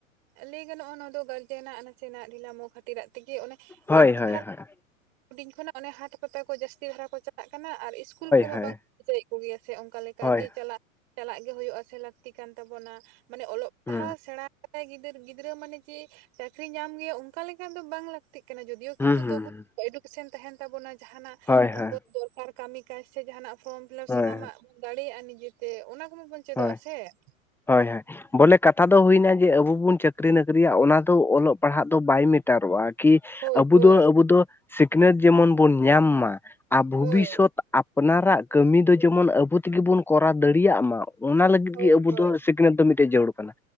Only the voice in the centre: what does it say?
ᱦᱳᱭ
ᱦᱳᱭ
ᱦᱳᱭ
ᱦᱳᱭ
ᱦᱳᱭ
ᱦᱩᱸ
ᱦᱩᱸ ᱦᱩᱸ ᱦᱩᱸ
ᱦᱳᱭ ᱦᱳᱭ
ᱦᱳᱭ
ᱦᱳᱭ
ᱦᱳᱭ ᱦᱳᱭ ᱵᱚᱞᱮ ᱠᱟᱛᱷᱟ ᱫᱚ ᱦᱩᱭᱱᱟ ᱡᱮ ᱟᱵᱩ ᱵᱚᱱ ᱪᱟᱹᱠᱨᱤ ᱱᱚᱠᱨᱤᱭᱟ ᱚᱱᱟ ᱫᱚ ᱚᱞᱚᱜ ᱯᱟᱲᱦᱟᱜ ᱫᱚ ᱵᱟᱭ ᱢᱮᱴᱟᱨᱚᱜᱼᱟ ᱾ ᱠᱤ
ᱟᱵᱩ
ᱫᱚ ᱟᱵᱩ ᱫᱚ ᱥᱤᱠᱷᱱᱟᱹᱛ ᱡᱮᱢᱚᱱ ᱵᱚᱱ ᱧᱟᱢ ᱢᱟ, ᱟᱨ ᱵᱷᱚᱵᱤᱥᱥᱚᱛᱼᱼ
ᱟᱯᱱᱟᱨᱟᱜ ᱠᱟᱹᱢᱤ ᱫᱚ ᱡᱮᱢᱚᱱ ᱟᱵᱩ ᱛᱮ ᱜᱮ ᱵᱩᱱ ᱠᱚᱨᱟᱣ ᱫᱟᱲᱤᱭᱟᱜ ᱢᱟ ᱾ ᱚᱱᱟ ᱞᱟᱹᱜᱤᱫ
ᱜᱮ ᱟᱵᱩ
ᱫᱚ ᱥᱤᱠᱷᱱᱟᱹᱛ ᱫᱚ ᱢᱤᱫᱴᱮᱡ ᱡᱟᱹᱨᱩᱲ ᱠᱟᱱᱟ